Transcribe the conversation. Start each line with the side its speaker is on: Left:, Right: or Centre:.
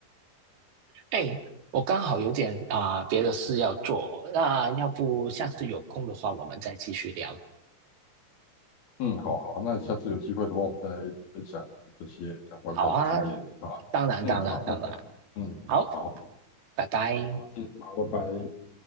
Right: 哎，我刚好有点啊、别的事要做，那要不下次有空的话，我们再继续聊。
Left: 嗯，好好，那下次有机会的话，我们再分享这些相关的经验，
Right: 好啊，
Left: 好吧？
Right: 当然当然当然，
Left: 嗯，好，那这样，嗯，
Right: 好，
Left: 好，
Right: 拜拜。
Left: 好，今天好，拜拜。